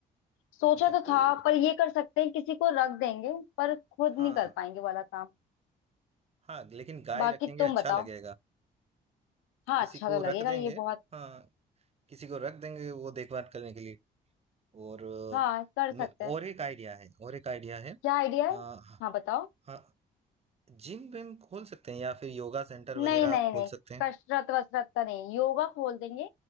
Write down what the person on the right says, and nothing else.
अच्छा
कोई
हाँ
हाँ लेकिन गाय
रखेंगे
अच्छा
लगेगा
किसी
को
रख देंगे
हाँ किसी को रख देंगे वो देखभाल करने के लिए और अ,
मे-
और एक आइडिया है और एक आइडिया है अ,
हाँ
हाँ, जिम विम खोल सकते हैं या फिर योगा सेंटर
वगैरह
खोल
सकते हैं